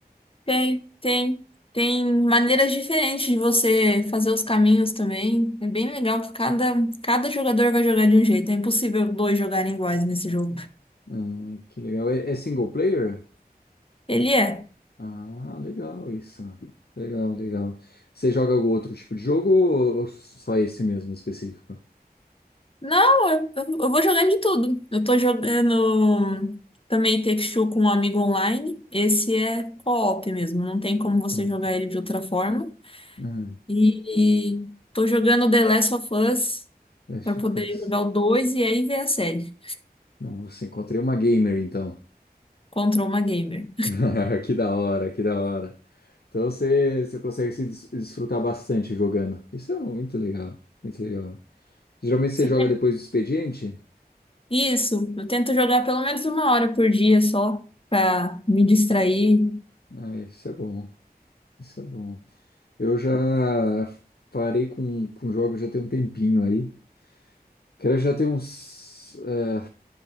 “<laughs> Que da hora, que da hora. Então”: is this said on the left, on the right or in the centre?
Left